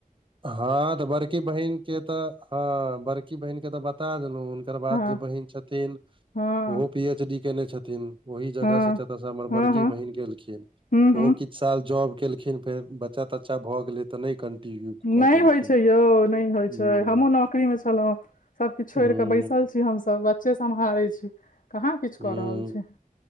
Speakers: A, on the right; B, on the left.
A: हँ तऽ बड़की बहिनके तऽ हँ बड़की बहिनके तऽ बता देलौ हुनकर बाद
B: हँ
A: जे बहीन छथ तीन
B: हँ
A: पी एच डी केने छथिन ओहि जगह
B: हँ
A: स जतऽ स हमर
B: हँ
A: बड़की
B: हँ
A: बहिन केलखिन
B: हूँ हूँ
A: ओहो साल जॉब केलखिन फेर बच्चा तच्चा भए गेलै त नै कंटिन्यू कऽ
B: नै
A: पेलखिन
B: होइ छै यौ नै होइ
A: हूँ
B: छै हमहूँ नौकरीमे छलहुँ सबकिछु छोड़ि
A: हूँ
B: कऽ बैसल छी हमसब बच्चे सम्हारै छी कहाँ किछु
A: हूँ
B: कऽ रहल छी